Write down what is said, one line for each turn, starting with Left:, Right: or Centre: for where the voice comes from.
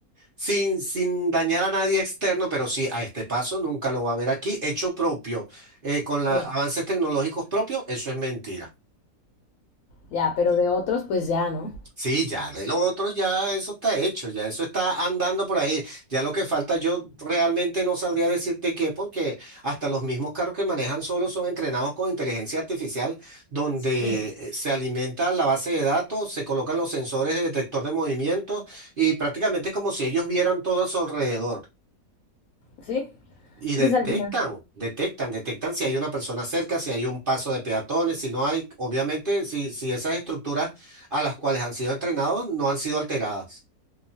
Right: sin, sin dañar a nadie externo, pero sí, a este paso nunca lo va a ver aquí, hecho propio, eh, con los
Left: sí,
Right: avances tecnológicos propios, eso es mentira.
Left: ya, pero de otros, pues ya, ¿no?
Right: Sí, ya de los otros ya eso está hecho, ya eso está andando por ahí. Ya lo que falta yo realmente no sabría decirte qué, porque hasta los mismos carros que manejan solos son entrenados con inteligencia artificial, donde
Left: Sí,
Right: eh, se alimenta la base de datos, se colocan los sensores de detector de movimientos y prácticamente es como si ellos vieran todo a su alrededor.
Left: ¿Sí?
Right: Y
Left: Pues
Right: detectan,
Left: al final.
Right: detectan, detectan si hay una persona cerca, si hay un paso de peatones, si no hay, obviamente, si, si esas estructuras a las cuales han sido entrenados no han sido alteradas.